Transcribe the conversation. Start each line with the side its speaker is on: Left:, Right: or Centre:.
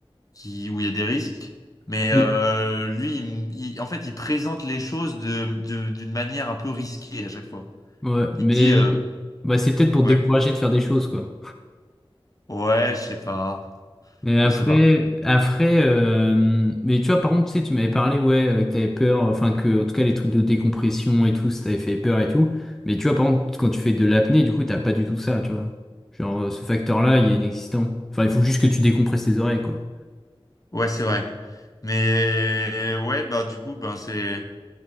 Left: qui... où il y a des risques. Mais euh,
Centre: Mais-
Left: lui, il m- il- en fait, il présente les choses de, de- d'une manière un peu risquée à chaque fois.
Centre: Ouais, mais
Left: Il dit. euh,
Centre: bah, c'est peut-être pour te
Left: Ouais.
Centre: décourager de faire des choses, quoi.
Left: Ouais, je sais pas.
Centre: Mais après,
Left: Je sais pas.
Centre: après, euh, mais tu vois, par contre, tu sais, tu m'avais parlé, ouais, euh, que t'avais peur, enfin que, en tout cas, les trucs de décompression et tout, ça t'avait fait peur et tout. Mais tu vois, par contre, quand tu fais de l'apnée, du coup, t'as pas du tout ça, tu vois. Genre, euh, ce facteur-là, il est inexistant. Enfin, il faut juste que tu décompresses tes oreilles, quoi.
Left: Ouais, c'est vrai. Mais ouais, bah du coup, ben c'est